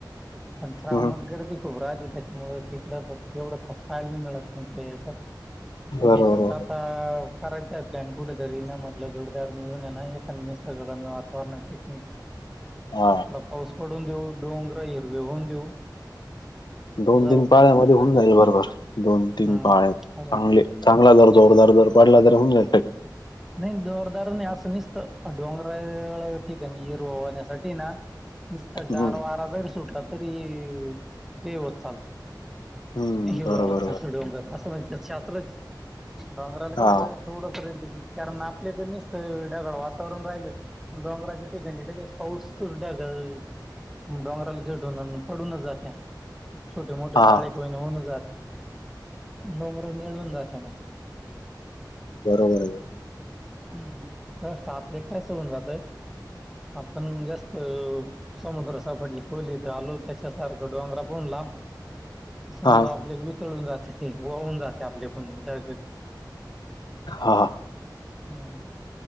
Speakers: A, in the centre; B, on the left.
A: पण श्रावणत
B: हम्म
A: गरदी खूप राहिली त्याच्यामु तिकडडे फक्त एवढं खस खाय नाही मिळत मण ते याच्यात प
B: बरोबर
A: याच्या तर आता करायचा आहे प्लॅन कुठेतरी ना म्हटलं जोडीदार मिळून ये ना ए निसर्गवला म वातावरण टिकणी
B: हा
A: थडा पाऊस पडून देऊ डोंगरा हिरवी होऊन देऊ
B: दोन
A: जाऊ
B: तीन पाळ्यामध्ये
A: कुठंतरी फिरायला
B: होऊन जाईल बरोबर दोन तीन
A: हं.
B: पाळ्या चांगले
A: अजून
B: चांगला जर जोरदार जर पडला ज तर होऊ जा
A: नाही जोरदार नाही असं नसत डोंगरा ठीक आहे येर ववाण्यासाठी ना नसत
B: हम्म
A: गार वारा जरी सुटला तरी कठे होत चालत
B: हम्म
A: हिरोबा
B: बरोबर बरोबर
A: अस डोंगर असं म्हणजे शस्त्रच डोंगराला
B: हा
A: कसं थोडस रेड कारण आपल्याक मसत ढगाळ वातावरण राहिलं डोंगराच्या ठिकाणी ल पाऊस तच ढागल डोंगराला घेटून पडूनच जाते छोटे मोठे पाळीखईणी
B: हा
A: होऊन जाते नडोमर निळून जाते मग
B: बरोबर आहे
A: हम्म जास्त आपले कसं होऊन जात आपण जास्त समुद्र सफट खोली तर आलो त्याच्यासारखं डोंगरा पून लांब तसमुळ
B: हा
A: आपल्या वितळून जाते ते वाहून जाते आपल्याकून ढग
B: हा
A: हम्